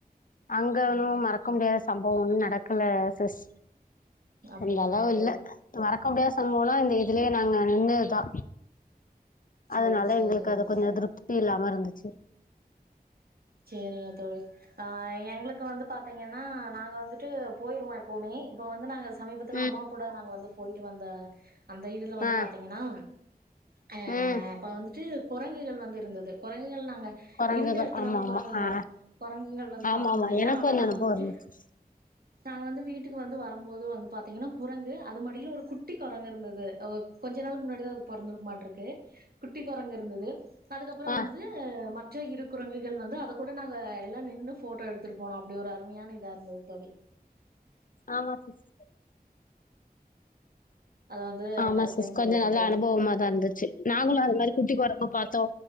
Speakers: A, on the left; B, on the right.
A: அங்க ஒன்னு மறக்க முடியாத சம்பவோ ஒன்னு நடக்கல சிஸ்
B: அப்டிங்களா
A: அந்தளவு
B: தோழி
A: இல்ல மறக்க முடியாத சம்போவோனா இந்த இதுலயே நாங்க நின்னதுதா
B: சேரி
A: அதனால
B: சேரிங்க
A: எங்களுக்கு அது
B: தோழி
A: கொஞ்சோ திருப்தி இல்லாம இருந்துச்சு
B: சேரிங்க தோழி ஆ எங்களுக்கு வந்து பாத்தீங்கன்னா நாங்க வந்துட்டு போய்ருவோ எப்போவுமே இப்ப வந்து நாங்க சமீபத்துல
A: ம்
B: அம்மா கூட நாங்க வந்து போய்ட்டு வந்த அந்த இதுல வந்து
A: ஆ
B: பாத்தீங்கன்னா ஆ
A: ம்
B: அப்ப வந்துட்டு கொரங்குகள் வந்து இருந்தது கொரங்குகள் நாங்க
A: குரங்குகள்
B: இருந்த எடத்
A: ஆமாம்
B: வந்து கொரங்குங்கள்
A: ஆமாம் ஆ
B: கொரங்குங்கள் வந்து
A: ஆமாம்
B: பாக்க
A: ஆமாம்
B: முடில
A: எனக்கும்
B: ஆனா
A: அந்த
B: நாங்க
A: அனுபவம்
B: வந்துட்டு
A: இருந்துச்சு
B: நாங்க வந்து வீட்டுக்கு வந்து வரம்போது வந்து பாத்தீங்கன்னா குரங்கு அது மடில ஒரு குட்டி கொரங்கு இருந்தது கொஞ்ச நாளுக்கு முன்னாடிதா அது பொறந்துருக்க மாட்ருக்கு குட்டி கொரங்கு இருந்தது அதுக்கப்றோ
A: ஆ
B: வந்து மற்ற இரு கள் வந்து அத கூட நாங்க எல்லா நின்னு ஃபோட்டோ எடுத்துட்டு போனோ அப்டி ஒரு அருமையான இதா இருந்தது தோழி
A: ஆமா சிஸ்
B: அத வந்து
A: ஆமா
B: மறக்கவே
A: சிஸ்
B: முடியாது
A: கொஞ்சோ நல்ல
B: தோழி
A: அனுபவமாதா இருந்துச்சு நாங்களு அது மாரி குட்டி கொரங்க பாத் தோ